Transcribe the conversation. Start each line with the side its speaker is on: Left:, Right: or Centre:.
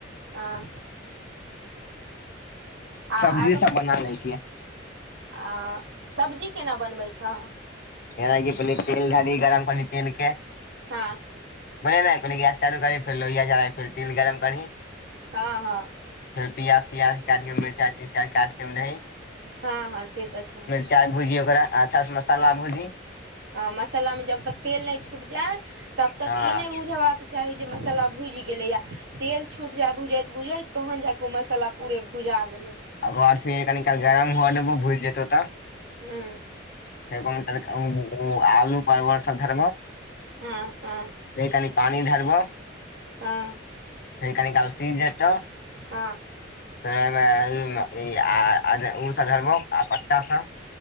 Right: अ आ
Left: सब्जी
Right: आरो
Left: सब बना लै छियै।
Right: आ सब्जी केना बनबै छह।
Left: जेनाकि पहिले तेल ढारी गरम कोली तेल के।
Right: हँ।
Left: बोझली नहि पहिले गैस चालू करी फेर लोहिआ चढ़ै फर तेल गरम करही।
Right: हँ हँ।
Left: फेर प्याज तियाज कैट के मिरचाई तिरचाई कैट के ओहिमे दही।
Right: हँ हँ से तऽ छै।
Left: चाय भुजी ओकरा अच्छा से मसाला भुजी।
Right: अ- मसल्ला में जब तक तेल नय छूइट जाय तब तक
Left: हँ
Right: ई नहि बुझबाक- चाही जे मसल्ला भुइज गेलैयैऽ। तेल छूट जैऽ भुजैत -भुजैत तहन जा के ओ मसाला पूरे भुजा गेलय।
Left: आ घर से कनिकाल गरम हुअ देबउ भुइज जेतउ तऽ-
Right: हुं-
Left: <unintelligible>
Right: हँ -हँ-
Left: गय कनी पानी धरबऽ-
Right: हँ
Left: फे कनी काल सीजेतऽ-
Right: हँ हँ
Left: <unintelligible> आ पत्ता सब